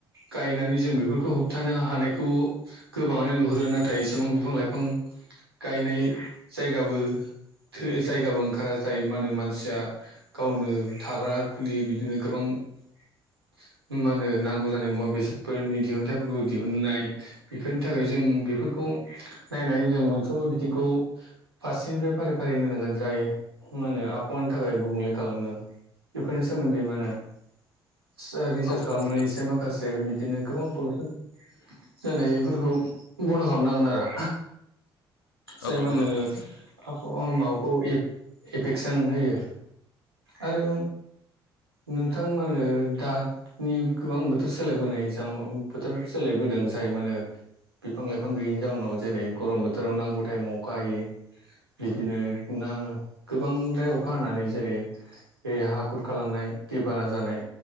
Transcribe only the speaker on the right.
गायनानै जों बेफोरखौ होबथानो हानायखौ गोबाङानो नुहुरो नाथाय एसेबां बिफां लाइफां गायनाय जायगाबो थ जायगाबो ओंखारा जायो मा होनो मानसिया गावनो थाग्रा खुलि बिदिनो गोबां <inaudible> मा होनो नांगौ जानाय मुवा बेसादफोरनि दिहुनथाइफोरखौ दिहुनन्नाय बेफोरनि थाखाय जों बेफोरखौ नायनानै जों मोनफ्रोमबो बिथिंखौ फारसेनिफ्राय फारि फारि होन नांगोन जाय मा होनो आबहावानि थाखाय गुबुंले खालामो बेफोरनि सोमोन्दै मा होनो रिसार्च
खालामनानै
एसे माखासे बिदि बिदिनो गोबां पलिउसन जानाय बेफोरखौ बन्द' खालामनांगोन आरो जाय
मा होनो
आबहावा माबाखौ एफेकसन होयो आरो नोंथां मानो दानि गोबां बोथोर सोलायबोनाय बोथोर सोलायबोदों जाय माने बिफां लाइफां गैयैनि जाउनाव जेरै गरम बोथोराव नांगौ टाइमाव अखा हायोै बिदिनो ना गोबांद्राय अखा हानानै जेरै हाखुरखालांनाय दैबाना जानाय